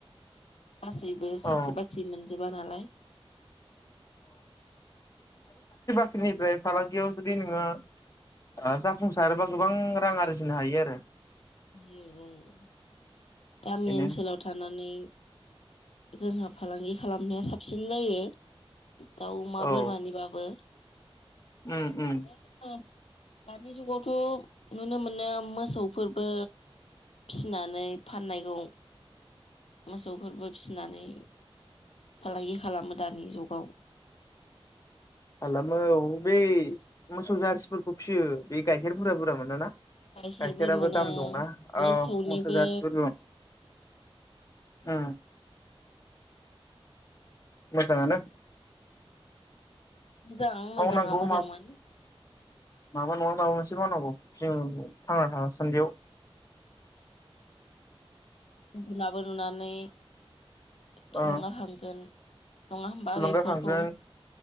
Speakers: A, on the left; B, on the left.
A: गासैबो साख्रि
B: औ
A: बाख्रि मोनजोबा नालाय
B: निफ्राय फालांगियाव जुदि नोङो ओ जाफुंसारोबा गोबां रां आरजिनो हायो आरो
A: हायो औ गामि
B: बेनो
A: ओनसोलाव थानानै जोंहा फालांगि खालामनाया साबसिन जायो दाउ अमा
B: औ
A: बोरमानिबाबो
B: उम उम
A: दा जोङो दानि जुगावथ' नुनो मोनो मोसौफोर बो फिनानै फाननायखौ मोसौ फोरबो फिनानै फालांगि खालामो दानि जुगाव
B: खालामो औ बै मोसौ जारसिफोरखौ फिसियो बे गाइखेरफोरा बुरजा मोनोना
A: गाइखेरबो
B: गाइखेराबो
A: मोनो
B: दाम दंना
A: मोसौनिबो
B: औ मोसौ जाथिबो दं ओ मोजाङानो
A: मोजां मोजाङा
B: मावनांगौ
A: मोजांमोन
B: मा माबा नङा माबा मोनसे मावनांगौ जों थांना थासान्दियाव।
A: उम उनाबो लुनानै थुलुंगाखांगोन
B: ओ
A: नङा होमबा
B: थुलुंगाखांगोन
A: बेफोरखौ